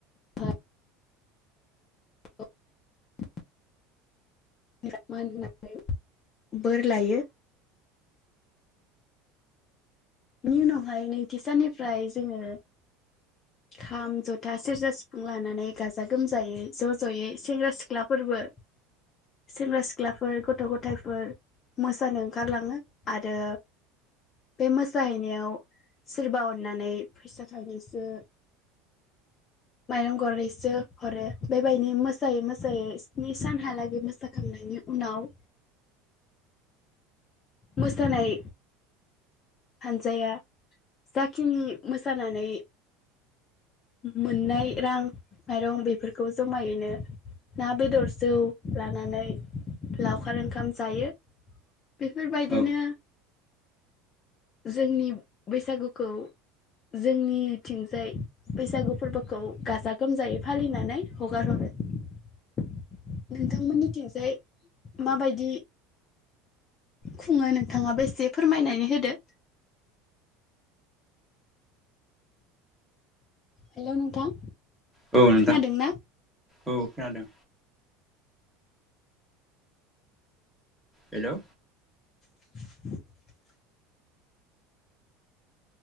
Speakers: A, on the left; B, in the centre.
A: <unintelligible> <unintelligible> मान होनानै बोर लायो। बिनि उनावहाय नैथि साननिफ्राय जोङो खाम, ज'था, सेरजा, सिफुं लानानै गाजा गोमजायै ज' ज'यै सेंग्रा सिख्लाफोरबो सेंग्रा सिख सिख्लाफोर गथ' गथायाइफोर मोसानो ओंखारलाङो आरो बे मोस साहैनायाव सोरबा अननानै फैसा थाइनैसो, माइरं गरनैसो हरो। बेबायदि मोसायै मोसायै स्नि सानहालागै मोसाखांनायनि उनाव मोसानाय हान्जाया जाखिनि मोसानानै मोननाय रां, माइरं बेफोरखौ ज'मायैनो ना, बेदर, जौ लानानै लावखार ओंखाम जायो। बेफोरबायदिनो
B: औ
A: जोंनि बैसागुखौ जोंनिथिंजाय बैसागु फोरबोखौ गाजा गोमजायै फालिनानै हगार हरो। नोंथांमोननिथिंजाय माबायदि खुङो नोंथाङाबो एसे फोरमायनानै होदो। हेल' नोंथां
B: औ नोंथां
A: खोनादोंना?
B: औ खोनादों। हेल'
A: <inaudible>